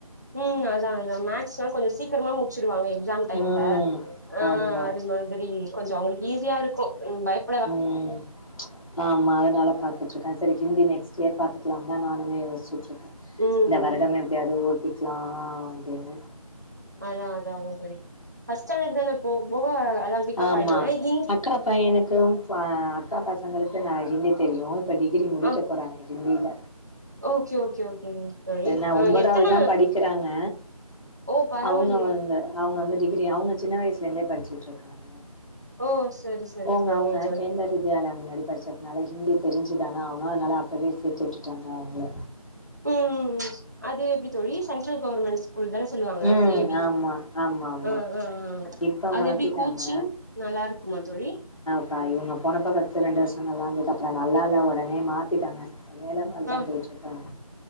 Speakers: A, on the right; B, on the left.
A: ம் அதா அதா மக்ஸ்லா கொஞ்சோ சீக்கரமா முடிச்சுடுவாங்க‌‌ எக் எக்ஸாம் டைம்ல
B: ம்
A: அ
B: ஆமா
A: அது மாதிரி கொஞ்சோ அவங்களுக்கு ஈஸியா இருக்கும் பயப்
B: ம் ஆமா அதனால பாத்துட்டுருக்க சேரி ஹிந்தி நெக்ஸ்ட் இயர் பாத்துக்கலா தா நானுமே யோசிச்ட் இருக்க
A: ம்
B: வருடமே
A: ம்
B: எப்டியாவது ஓட்டிக்லா அப்டின்னு
A: அதா அதா <unintelligible> ஃபஸ்டண்டர்ட் தான போக போக அதா பிக்கப்
B: ஆமா
A: ஆய்டுவாங்க ஏன்னா <unintelligible>
B: அக்கா பையனுக்கும் ப்பா அக்கா பசங்களுக்கு நா ஹிந்தி தெரியு இப்ப டிகிரி முடிக்க
A: ஆ
B: போறாங்க ஹிந்தில
A: ஓகே ஓகே ஓகேங்க தோழி
B: என்ன
A: ஆ
B: ஒன்பதாவதுதா
A: எத்தன
B: படிக்கறாங்க
A: ஓ பரவாயில்லயே
B: அவங்கவந்து அவங்க வந்து டிகிரி அவங்க சின்ன வயசிலயிருந்தே படிச்சிட்ருக்காங்க
A: ஓ சரி சரி
B: போங்க
A: சரிங்க
B: அவங்க <unintelligible>
A: தோழி
B: இந்தியால முன்னாடி படிச்சதுனால ஹிந்தி தெரிஞ்சிதான ஆவனு அதனால அப்பவே சேத்து விட்டுட்டாங்க அவங்கள
A: ம் ம் ம் அது எப்டி தோழி சென்ட்ரல் கவர்மண்ட்ஸ் பொய் தான சொல்லுவாங்க
B: ம்
A: கே வி
B: ஆமா ஆமா ஆமா
A: அ அ
B: இப்ப
A: அது
B: மாத்திட்டாங்க
A: எப்டி கோச்சிங் நல்லா இருக் குமா தோழி
B: ப்பா இவங்க போனப்பறோ ஃபஸ்டு ரெண்டு வருஷோ நல்லா இருந்து அப்றோ நல்லால்ல ஒடனே மாத்திட்டாங்க வேலம்மாள்
A: ஆ
B: தா பேய்ட்டுருக்கா